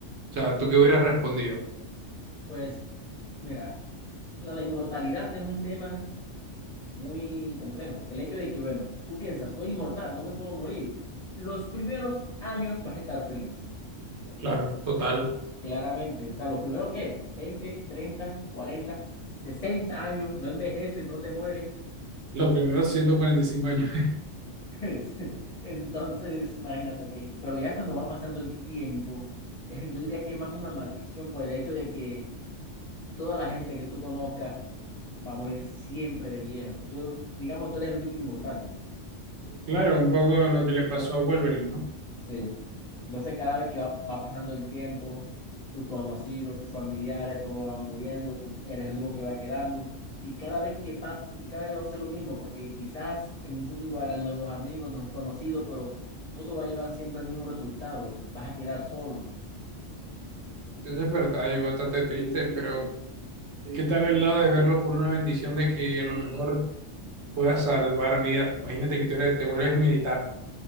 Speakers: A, on the right (about 65°); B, on the left (about 45°).
A: sea, ¿tú qué hubieras respondido?
B: Pues, mira, la, la inmortalidad es un tema muy complejo. El hecho de que, bueno, tú piensas, soy inmortal, no me puedo morir. Los primeros años vas a estar feliz,
A: Claro, total.
B: claramente. O sea, los primeros, ¿qué? veinte, 30, 40, 60 años, no envejeces, no te mueres.
A: Los primeros 145 años.
B: <laughs> Es- Entonces, imagínate, ok. Pero ya cuando va pasando el tiempo, eh, yo diría que es más una maldición por el hecho de que toda la gente que tú conozcas va a morir siempre de viejo. Tú, digamos, tú eres el único inmortal.
A: Claro, un poco lo que le pasó a Wolverine, ¿no?
B: Sí. Entonces, cada vez que va, va pasando el tiempo, tus conocidos, tus familiares, todos van muriendo, tú eres el único que va quedando. Y cada vez que pasa, y cada vez va a ser lo mismo, porque quizás en un futuro hagan nuevos amigos, nuevos conocidos, pero todo va a llevar siempre el mismo resultado. Vas a quedar solo.
A: Eso es verdad, y bastante triste, pero ¿qué tal el lado de verlo por una bendición de que a lo mejor puedas salvar vidas? Imagínate que tú eres, te vuelves militar,